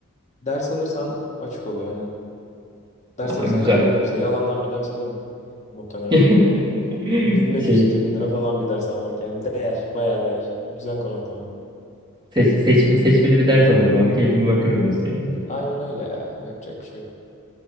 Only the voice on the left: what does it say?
Ders alırsan açık oluyor aynen. Ders
alırsan
kalabiliyorsun işte. Yalandan bir ders alırım muhtemelen.
1500-2000
lira falan bir ders almak yani değer. Bayağı değer. Güzel konaklama.
Aynen öyle ya. Yapacak bir şey yok.